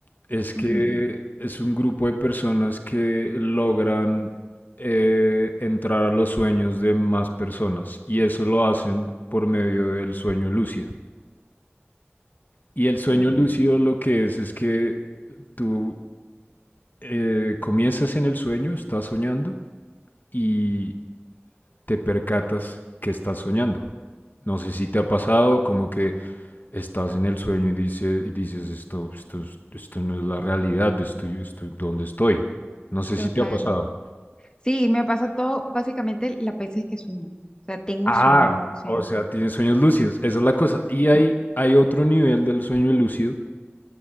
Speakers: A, on the left; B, on the left.
A: es que
B: ujú,
A: es un grupo de personas que logran eh, entrar a los sueños de más personas y eso lo hacen por medio del sueño lúcido. Y el sueño
B: Wow.
A: lúcido lo que es es que tú eh, comienzas en el sueño, estás soñando y te percatas que estás soñando. No sé si te ha pasado, como que estás en el sueño y, dice- y dices, esto, esto, esto no es la realidad, estoy, estoy, ¿dónde estoy? No sé
B: total.
A: si te ha pasado.
B: Sí, me pasa todo, básicamente las veces que sueño. O sea, tengo
A: Ah,
B: sueños lúcidos.
A: o sea, tienes sueños lúcidos, esa es la cosa. Y
B: Y-
A: hay, hay otro nivel del sueño lúcido,